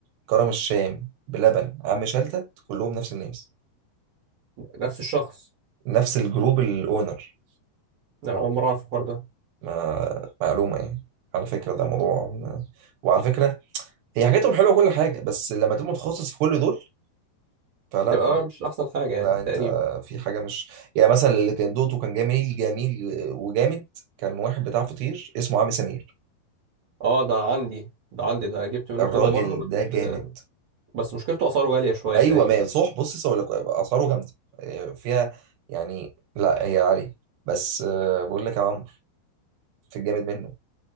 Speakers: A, on the right; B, on the right.
A: كرم الشام بلبن عم شلتت كلهم نفس الناس
B: نفس الشخص
A: نفس الجروب الأونر
B: ده انا اول مره اعرف الحوار ده
A: ما معلومة يعني على فكرة ده موضوع ما- وعلى فكرة هي حاجاتهم حلوة كل حاجة بس لما تبقى متخصص في كل دول فلا
B: تبقى
A: انت
B: أنا مش احسن حاجه يعني
A: لا انت
B: تقريبا
A: في حاجة مش يعني مثلا اللي كان دوقته كان جميل جميل وجامد كان واحد بتاع فطير اسمه عم سمير
B: اه ده عندي ده عندي ده جبت منه
A: الراجل
B: كذا مره بس
A: ده جامد
B: بس مشكلته اسعاره غاليه شويه
A: ايوه
B: تقريبا
A: ما هي صح بص اقول لك اسعاره جامده آه، فيها يعني لا هي عاليه بس آه، بقول لك يا عمرو في الجامد منه